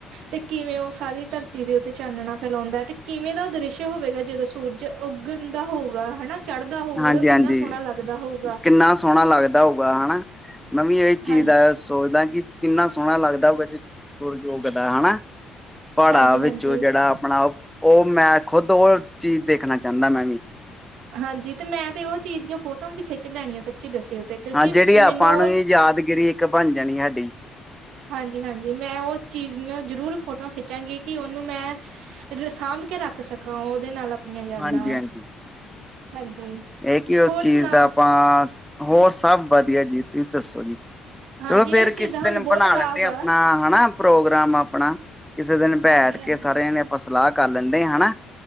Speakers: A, on the right (about 75°); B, in the centre.
A: ਤੇ ਕਿਵੇਂ ਉਹ ਸਾਰੀ ਧਰਤੀ ਦੇ ਉੱਤੇ ਚਾਨਣਾ ਫੈਲਾਉਂਦਾ ਹੈ ਤੇ ਕਿਵੇਂ ਦਾ ਉਹ ਦ੍ਰਿਸ਼ਯ ਹੋਵੇਗਾ ਜਦੋਂ ਸੂਰ ਜ ਉੱਗਣ ਦਾ ਹੋਊਗਾ ਹਨਾ ਚੜਦਾ ਹੋਊਗਾ
B: ਹਾਂਜੀ-ਹਾਂਜੀ
A: ਉਹ ਕਿੰਨਾ ਸੋਹਣਾ ਲੱਗਦਾ ਹੋਊਗਾ
B: ਕਿੰਨਾ ਸੋਹਣਾ ਲੱਗਦਾ ਹੋਊਗਾ ਹੈਨਾ ਮੈਂ ਵੀ ਇਹ ਚੀਜ਼
A: ਹਾਂਜੀ,
B: ਦਾ ਸੋਚਦਾ ਕਿ ਕਿੰਨਾ ਸੋਹਣਾ ਲੱਗਦਾ ਹੋਊਗਾ ਜਦੋਂ ਸੁਰਜ ਉੱਗਦਾ ਪਾੜਾਂ
A: ਹਾਂਜੀ-ਹਾਂਜੀ।
B: ਵਿੱਚੋਂ
A: ਹਾਂਜੀ
B: ਜਿਹੜਾ ਆਪਣਾ ਉਹ ਉਹ ਮੈਂ ਖੁਦ ਉਹ ਚੀਜ਼ ਦੇਖਣਾ ਚਾਹੁੰਦਾ ਮੈਂ ਵੀ
A: ਹਾਂਜੀ ਤੇ ਮੈਂ ਤੇ ਉਹ ਚੀਜ਼ ਦੀਆਂ ਫੋਟੋਆਂ ਵੀ ਖਿੱਚ ਲੈਣੀਆਂ ਸ ਚੀ ਦੱਸਓ ਕਿਉਂਕਿ
B: ਹਾਂ ਜਿਹੜੀ
A: ਮੈਨੂੰ
B: ਆਪਾਂ
A: ਉਹ
B: ਨੂੰ ਯਾਦਗਿਰੀ ਇੱਕ ਬਣ ਜਾਣੀ ਸਾਡੀ
A: ਹਾਂਜੀ-ਹਾਂਜੀ ਮੈਂ ਉਸ ਚੀਜ਼ ਨੂੰ ਜ਼ਰੂਰ ਫੋਟੋਆਂ ਖਿੱਚਾਂਗੀ ਕਿ ਉਹਨੂੰ ਮੈਂ ਰਸਾਂਭ ਸਭ ਕੇ ਰੱਖ ਸਕਾਂ ਉਹਦੇ ਨਾਲ ਆਪਣੀਆਂ ਯਾਦਾਂ
B: ਹਾਂਜੀ-ਹਾਂਜੀ
A: ਹਾਂਜੀ।
B: ਇਹ ਕੀ ਉਸ
A: ਹੋਰ
B: ਚੀਜ਼
A: ਸੁਣਾਓ
B: ਦਾ ਆਪਾਂ ਹੋਰ ਸਭ ਵਧੀਆ ਜੀ ਤੁਸੀਂ ਦੱਸੋ ਜੀ?
A: ਹਾਂਜੀ
B: ਚਲੋ ਫੇਰ
A: ਇਸ ਚੀਜ਼
B: ਕਿਸ
A: ਦਾ ਸਾਨੂੰ
B: ਦਿਨ
A: ਬਹੁਤ
B: ਬਣਾ
A: ਲਾਭ
B: ਲੈਂਦੇ ਆਪਣਾ
A: ਆ।
B: ਐ ਹਨਾ ਪ੍ਰੋਗਰਾਮ ਆਪਣਾ ਕਿਸੇ ਦਿਨ ਬੈਠ
A: ਹਾਂਜੀ-ਹਾਂਜੀ।
B: ਕੇ ਸਾਰਿਆਂ ਨੇ ਆਪਾਂ ਸਲਾਹ ਕਰ ਲੈਂਦੇ ਹਾਂ ਹੈਨਾ।